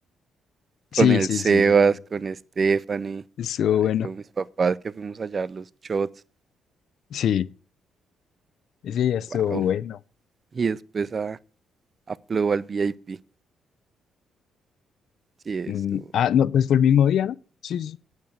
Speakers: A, on the left (about 65°); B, on the right (about 40°).
A: Sí,
B: con el
A: sí,
B: Sebas,
A: sí, sí, sí.
B: con Stephanie,
A: Estuvo
B: ay,
A: bueno.
B: con mis papás que fuimos allá a los shots.
A: Sí, ese día estuvo
B: Wow.
A: bueno.
B: Y después a, a Flow al VIP. Sí, eso.
A: Mm, Ah, no, pues fue el mismo día, ¿no? Sí, sí,